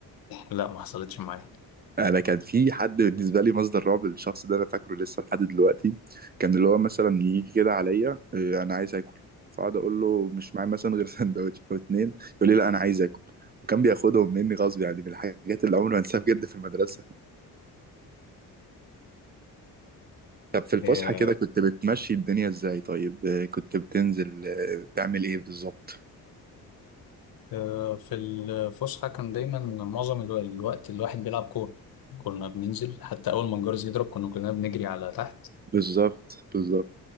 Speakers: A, on the left; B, on the right.
A: لا ما حصلتش معايا
B: انا كان في حد بالنسبه لي مصدر رعب الشخص ده انا فاكره لسه لحد دلوقتي كان اللي هو مثلا يجي كده عليا آه، انا عايز اكل فاقعد اقول له مش معايا مثلا غير <laughs> سندوتش او اتنين يقول لي لا انا عايز اكل وكان بياخدهم مني غصب يعني من الحاجات اللي عمري ما انساها بجد في المدرسه طب في الفسحه
A: آه،
B: كده كنت بتمشي الدنيا ازاي طيب آه، كنت بتنزل آه، بتعمل ايه بالظبط
A: آه، في الفسحه كان دايما معظم الو- الوقت الواحد بيلعب كوره كنا بننزل حتى اول ما الجرس يضرب كنا كلنا بنجري على تحت
B: بالظبط بالظبط